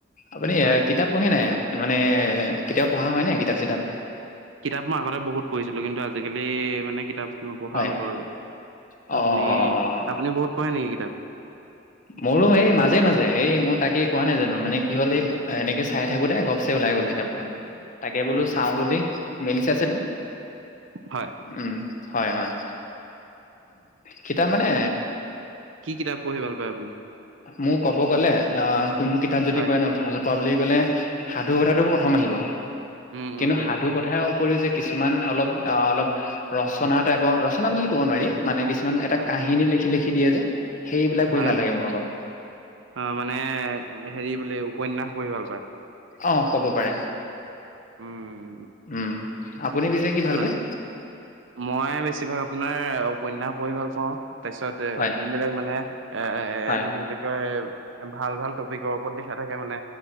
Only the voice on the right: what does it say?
হয়
কিতাপ মই আগতে বহুত পঢ়িছিলোঁ কিন্তু আজিকালি মানে কিতাপ নপঢ়া
হ'লো আৰু।
আপুনি
আপুনি বহুত পঢ়ে নেকি কিতাপ?
উম
হয়।
কি কিতাপ পঢ়ি ভাল পায় আপুনি?
হয়
উম উম
উম
হয়
হয়
হয়
হয়
অ' মানে হেৰি বোলে উপন্যয়াস পঢ়ি ভাল পায়।
উম।
মান,
মই বেছিভাগ আপোনাৰ উপন্যাস পঢ়ি ভাল পাওঁ তাৰপিছত
যোনবিলাক মানে এ,
এইটো কি বুলি কয় ভাল ভাল টপিকৰ ওপৰত লিখা থাকে মানে